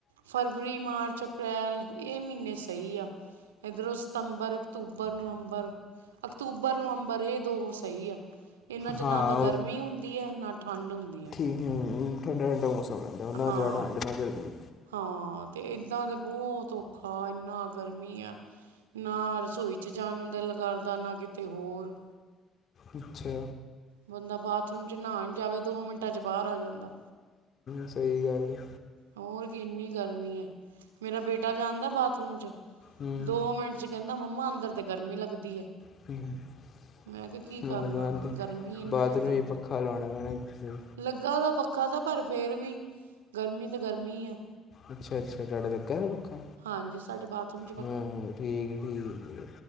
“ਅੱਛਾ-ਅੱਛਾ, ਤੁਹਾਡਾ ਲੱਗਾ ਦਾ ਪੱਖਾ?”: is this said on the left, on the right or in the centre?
Left